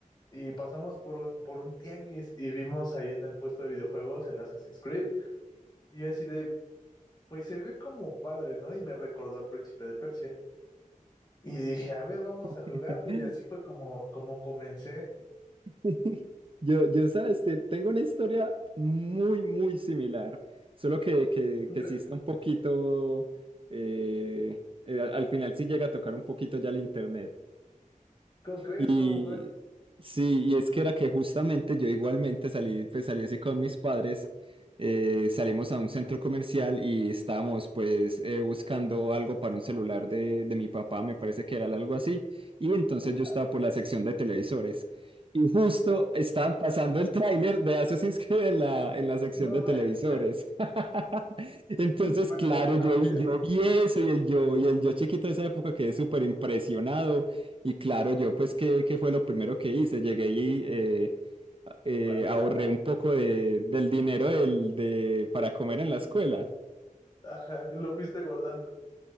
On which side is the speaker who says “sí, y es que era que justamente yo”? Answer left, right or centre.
Right